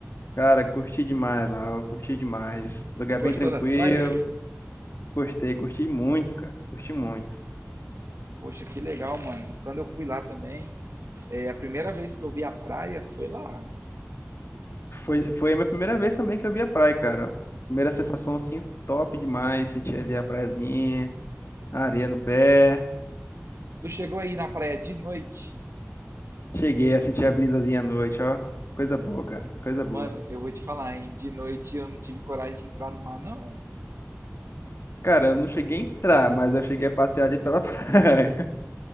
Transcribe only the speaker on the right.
Gostou
das praias?
Poxa, que legal, mano. Quando eu fui lá também, é, a primeira vez que eu vi a praia foi lá.
Tu chegou aí na praia de noite?
Mano, eu vou te falar, hein? De noite eu não tive coragem de entrar no mar, não.